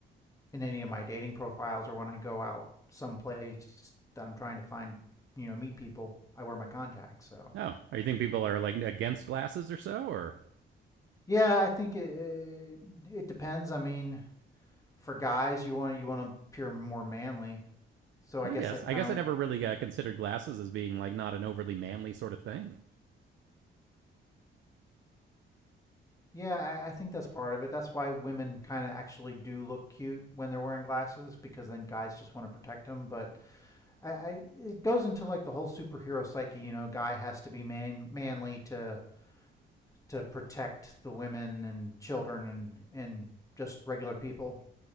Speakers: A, on the left (about 15°); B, on the right (about 70°).
A: in any of my dating profiles or when I go out someplace that I'm trying to find you know meet people. I wear my contacts, so.
B: Oh, are you think people are like against glasses or so? Or
A: Yeah, I think it it depends. I mean, for guys, you want you want to appear more manly. So
B: Well,
A: I guess
B: I guess
A: that
B: I
A: kind
B: guess
A: of
B: I never really uh, considered glasses as being like not an overly manly sort of thing.
A: yeah, I, I think that's part of it. That's why women kind of actually do look cute when they're wearing glasses because then guys just want to protect them. But I, I it goes into like the whole superhero psyche. You know, guy has to be man manly to to protect the women and children and and just regular people.